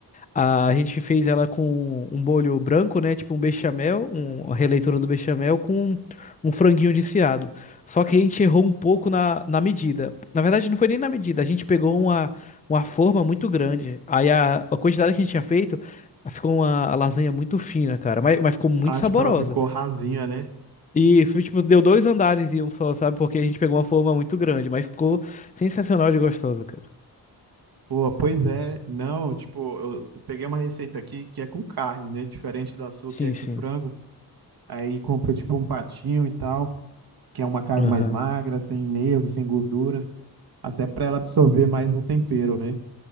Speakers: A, on the left (about 20°); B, on the right (about 70°).
A: Ah, a gente fez ela com um bolho branco, né? Tipo um bechamel, um- uma releitura do bechamel com um franguinho desfiado. Só que a gente errou um pouco na, na medida. Na verdade, não foi nem na medida. A gente pegou uma, uma forma muito grande. Aí a, a quantidade que a gente tinha feito ficou uma lasanha muito fina, cara. Mas, mas ficou muito
B: Acho
A: saborosa.
B: que ela ficou rasinha, né?
A: Isso, tipo, deu dois andares e um só, sabe? Porque a gente pegou uma forma muito grande, mas ficou sensacional de gostosa, cara.
B: Pô, pois é. Não, tipo, eu eu peguei uma receita aqui que é com carne, né? Diferente da sua
A: Sim,
B: que é com
A: sim.
B: frango. Aí compra tipo um patinho e tal, que é uma carne
A: Aham.
B: mais magra, sem nervo, sem gordura, até pra ela absorver mais o tempero, né?